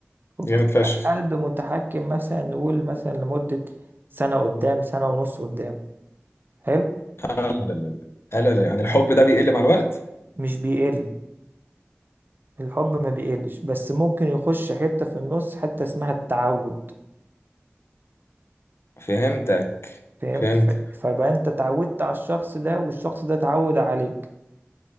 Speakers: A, on the right; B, on the left.
A: وبتبقى
B: جامد فشخ
A: القلب متحكم مثلا نقول مثلا لمدة سنة قدام سنة ونص قدام حلو
B: لا لا لا لا لا لا، يعني الحب ده بيقل مع الوقت
A: مش بيقل الحب ما بيقلش بس ممكن يخش حتة في النص حتة اسمها التعود
B: فهمتك
A: فهمت
B: فهمت
A: ف- فبقى انت اتعودت على الشخص ده والشخص ده اتعود عليك